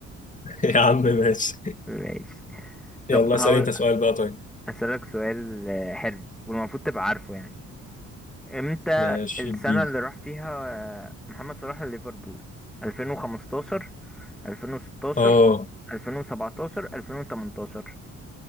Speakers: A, on the left; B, in the centre.
A: <laughs> يا عم ماشي
B: ماشي
A: يلا
B: طب هقول
A: اسأل انت سؤال بقى طيب
B: اسألك سؤال آه، حلو والمفروض تبقى عارفه يعني امتى
A: ماشي
B: السنة
A: اديني
B: اللي راح فيها آه، محمد صلاح ليفربول 2015 2016
A: اه
B: 2017 2018